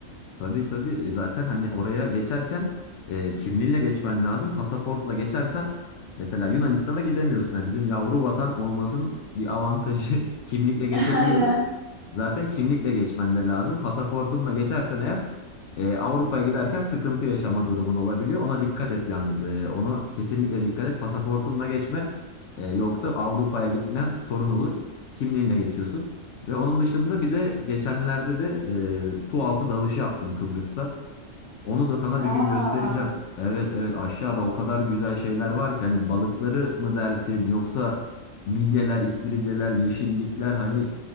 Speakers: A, on the left; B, on the right.
A: Tabii tabii E, zaten hani oraya geçerken e, kimliğinle geçmen lazım. Pasaportla geçersen mesela Yunanistan'a gidemiyorsun. Yani bizim yavru vatan olmasının bir avantajı <laughs> kimlikle geçebiliyoruz.
B: <laughs> Aynen.
A: Zaten kimlikle geçmen de lazım. Pasaportunla geçersen eğer e, Avrupa'ya giderken sıkıntı yaşama durumun olabiliyor. Ona dikkat et yalnız. E, onu kesinlikle dikkat et. Pasaportunla geçme. E, yoksa Avrupa'ya gitmen sorun olur. Kimliğinle geçiyorsun. Ve onun dışında bir de geçenlerde de e, su altı dalışı yaptım Kıbrıs'ta. Onu da sana
B: Aa,
A: bir gün göstereceğim. Evet evet aşağıda o kadar güzel şeyler var ki hani balıkları mı dersin yoksa midyeler, istiridyeler, yeşillikler hani